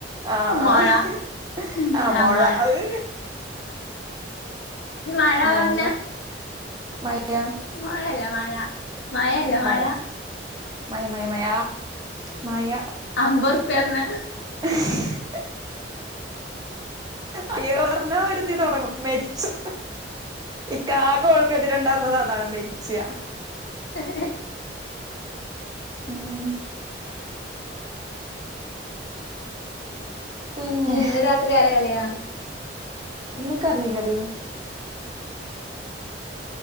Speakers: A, on the right; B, on the left.
A: ആഹ്
B: -മോഴാ
A: ആഹ് ആഹ് മൊഴ
B: മോഴാ
A: അഹ്
B: മഴ
A: മൊഴ
B: പറഞ്ഞ
A: മയ
B: മയല്ല മഴ മയല്ല മഴ
A: മയ മയ മയ മയാ മായ
B: അമ്പറുപ്പിയ പറഞ്ഞാ
A: അ <unintelligible> അയ്യോ <unintelligible> വരുത്തി തുടങ്ങും മെരിച്ചു ഇകാകെ ഒഴുക്ക തിണ്ടായിരുന്നത് അതാണ് മെരിച്ചയ
B: ആ
A: ഉം പിന്നെ
B: നിന്ന് രാത്രി ആരെ കളിയാ
A: എന്നൊക്ക അറിയില്ലടി